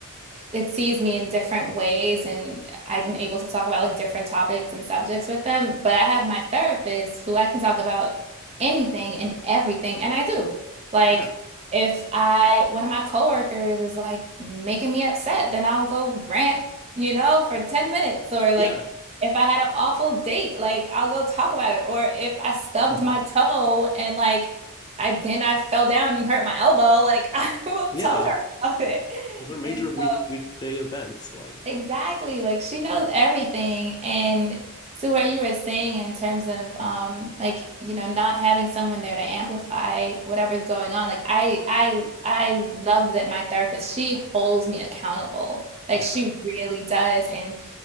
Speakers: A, on the right; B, on the left.
A: it sees me in different ways and I'm able to talk about like different topics and subjects with them. But I have my therapist who I can talk about anything and everything, and I do. Like
B: Yeah,
A: if I one of my coworkers is like making me upset, then I'll go rant, you know, for 10 minutes or like
B: yeah,
A: if I had an awful date, like I'll go talk about it. Or if I stubbed
B: <laughs>
A: my toe and like I then I fell down and hurt my elbow, like <laughs> I will
B: yeah.
A: tell her about it.
B: Those are major
A: And
B: week
A: so
B: weekday events. Like,
A: Exactly. Like she knows everything. And to what you were saying in terms of um like, you know, not having someone there to amplify whatever's going on. Like I I I love that my therapist, she holds me accountable. Like
B: yeah,
A: she really does. And